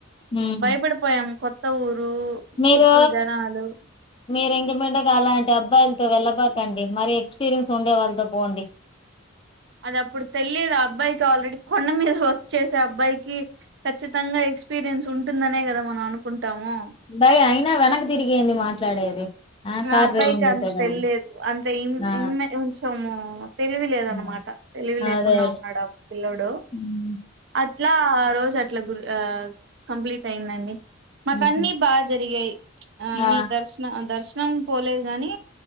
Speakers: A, on the left; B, on the right.
A: ఉమ్
B: భయపడపోయాము కొత్త ఊరు
A: మీరు
B: చుట్టూ జనాలు
A: మీరు ఇక బండ కాాలంటే అబ్బాయిలతో వెళ్ళబాకండి మరి ఎక్స్పీరియన్స్ ఉండే వాళ్ళతో పోండి
B: అది అప్పుడు తెలియదు ఆ అబ్బాయికి ఆల్రెడీ కొండ మీద వర్క్ చేసే అబ్బాయికి ఖచ్చితంగా ఎక్స్పీరియన్స్ ఉంటుందనే కదా మనం అనుకుంటాము
A: బాయి అయినా వెనక్ తిరిగిఏది మాట్లాడేది <inaudible>
B: నా అబ్బాయికి
A: డ్రైవింగ్ చేసేటప్పుడు
B: అంత తెలిలేదు అంత ఇ
A: ఆ
B: కొంచెము తెలివి లేద అనమాట
A: ఆ!
B: తెలివి లేకుండా
A: అదే అదే
B: ఉన్నాడు పిలోడు
A: హ్మ్.
B: ఇట్లా ఆ రోజు అట్లా గు ఆ కంప్లీట్ యిందండి మాకు
A: ఉహు
B: అన్ని బాగా జరిగాయి అన్ని
A: ఆ
B: దర్శన దర్శ కం పోలేదు గాని